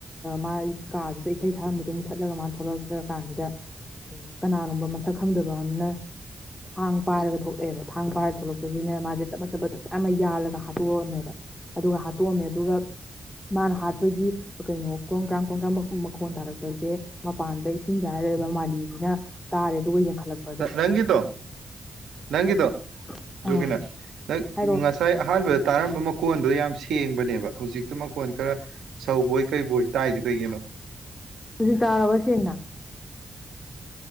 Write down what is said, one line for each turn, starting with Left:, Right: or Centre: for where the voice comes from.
Left: ꯃꯥꯒꯤ ꯀꯥꯗꯨꯗ ꯏꯁꯩ ꯊꯥꯔꯝꯕꯗꯣ ꯃꯨꯠꯊꯠꯂꯒ ꯃꯥꯅ ꯊꯣꯛꯂꯛꯛꯇ꯭ꯔ ꯀꯥꯟꯁꯤꯗ ꯀꯩꯅꯣ ꯀꯅꯥꯅꯣꯕ ꯃꯁꯛ ꯈꯪꯗꯕ ꯑꯅ ꯊꯥꯡ ꯄꯥꯏꯔꯒ ꯊꯣꯛꯂꯑꯦꯕ ꯊꯥꯡ ꯄꯥꯏꯔ ꯊꯣꯛꯂꯛꯄꯁꯤꯅ ꯃꯥꯁꯦ ꯆꯞ ꯃ ꯆꯞꯄꯗ ꯃꯌꯥꯝ ꯑꯃ ꯌꯥꯜꯂꯒ ꯍꯥꯠꯇꯣꯛꯑꯝꯃꯦꯕ ꯑꯗꯨꯒ ꯍꯥꯠꯇꯣꯛꯑꯝꯃꯦ ꯑꯗꯨꯒ ꯃꯥꯅ ꯍꯥꯠꯄꯒꯤ ꯀꯩꯅꯣ ꯀ꯭ꯔꯣꯡꯀ꯭ꯔꯥꯝ ꯀꯣꯡꯀ꯭ꯔꯥꯝ ꯃꯈꯣꯟ ꯇꯥꯔꯛꯄꯁꯦ ꯃꯄꯥꯟꯗ ꯏꯁꯤꯡ ꯆꯥꯏꯔꯔꯦꯕ ꯃꯥꯂꯤꯁꯤꯅ ꯇꯥꯔꯦ ꯑꯗꯨꯒ ꯌꯥꯡꯈꯠꯂꯛꯄ
Right: ꯅꯪꯒꯤꯤꯗꯣ ꯅꯪꯒꯤꯤꯗꯣ
Left: ꯑꯥ
Right: ꯌꯒꯤꯅꯥꯪ
Left: ꯍꯥꯏꯔꯛꯑꯣ
Right: ꯉꯁꯥꯏ ꯑꯍꯥꯟꯕꯗ ꯇꯥꯔꯝꯕ ꯃꯣꯟꯗꯣ ꯌꯥꯝ ꯁꯦꯡꯕꯅꯦꯕ ꯍꯧꯖꯤꯛꯇꯨ ꯃꯀꯣꯟ ꯈꯔ ꯁꯧꯧꯕꯣꯏ ꯀꯩꯕꯣꯏ ꯇꯥꯏꯁꯦ ꯀꯩꯒꯤꯅꯣ
Left: ꯍꯧꯖꯤꯛ ꯇꯥꯔꯕ ꯁꯦꯡꯅ